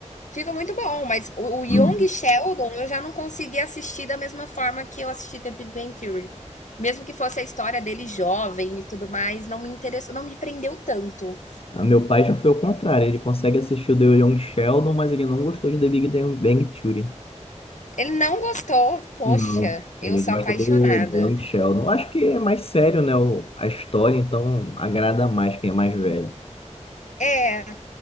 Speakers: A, on the left (about 80°); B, on the left (about 50°).
A: Fica muito bom, mas o, o Young
B: Hum.
A: Sheldon eu já não consegui assistir da mesma forma que eu assisti The Big Bang Theory. Mesmo que fosse a história dele jovem e tudo mais, não me interessou, não me prendeu tanto.
B: Ah, Meu pai já foi ao contrário. Ele consegue assistir o The Young Sheldon, mas ele não gostou de The Big Bang Theory.
A: Ele não gostou, poxa,
B: Não,
A: eu
B: ele
A: sou
B: gosta
A: apaixonada.
B: do do Young Sheldon. Eu Acho que é mais sério, né? o- A história, então agrada mais quem é mais velho.
A: É,